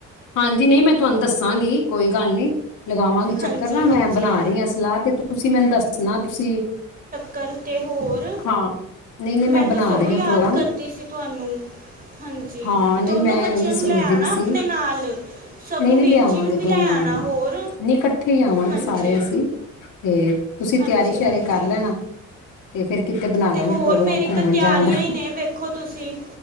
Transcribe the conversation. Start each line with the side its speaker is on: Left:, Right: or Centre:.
Left: ਹਾਂਜੀ, ਨਹੀਂ, ਮੈਂ ਤੁਹਾਨੂੰ ਦੱਸਾਂਗੀ ਕੋਈ ਗੱਲ ਨਹੀਂ। ਲਗਾਵਾਂਗੀ
Right: ਹਾਂਜੀ
Left: ਚੱਕਰ ਨਾ,
Right: ਹਾਂਜੀ
Left: ਮੈਂ ਬਣਾ ਰਹੀ ਹਾਂ ਸਲਾਹ, ਤੇ ਤੁਸੀਂ ਮੈਨੂੰ ਦੱਸਣਾ ਤੁਸੀਂ
Right: ਕਰ ਤੇ ਹੋਰ,
Left: ਹਾਂ ਨਹੀਂ ਨਹੀਂ
Right: ਮੈਂ
Left: ਬਣਾ
Right: ਤਾਂ ਸਗੋਂ
Left: ਰਹੀ
Right: ਯਾਦ
Left: ਹਾਂ ਪ੍ਰੋਗਰਾਮ
Right: ਕਰਦੀ ਸੀ, ਤੁਹਾਨੂੰ ਹਾਂਜੀ,
Left: ਹਾਂ ਨਹੀਂ
Right: ਦੋਨੋਂ
Left: ਮੈਂ
Right: ਬੱਚਿਆਂ
Left: ਉਹੀ
Right: ਨੂੰ
Left: ਸੋਚਦੀ
Right: ਲੈ ਆਣਾ,
Left: ਵੀ ਸੀ
Right: ਆਪਣੇ ਨਾਲ। ਸਗੋਂ
Left: ਨਹੀਂ, ਨਹੀਂ
Right: ਵੀਰ
Left: ਲਿਆਵਾਂਗੇ
Right: ਜੀ ਨੂੰ ਵੀ ਲੈ
Left: ਦੋਨਾਂ
Right: ਆਣਾ
Left: ਨੂੰ,
Right: ਹੋਰ
Left: ਨਹੀਂ ਇਕੱਠੇ ਹੀ ਆਵਾਂਗੇ,
Right: ਹਾਂਜੀ
Left: ਸਾਰੇ ਅਸੀਂ। ਤੇ ਤੁਸੀਂ,
Right: ਹਾਂਜੀ
Left: ਤਿਆਰੀ- ਸ਼ਿਆਰੀ
Right: ਹਾਂਜੀ
Left: ਕਰ ਲੈਣਾ। ਤੇ ਫੇਰ ਕਿਤੇ ਬਣਾ ਲਾਂਗੇ,
Right: ਤੇ ਹੋਰ
Left: ਪ੍ਰੋਗਰਾਮ
Right: ਮੇਰੀ
Left: ਘੁੰਮਣ
Right: ਤਾਂ ਤਿਆਰੀਆਂ
Left: ਜਾਣ ਦਾ।
Right: ਹੀ ਨੇ ਵੇਖੋ ਤੁਸੀਂ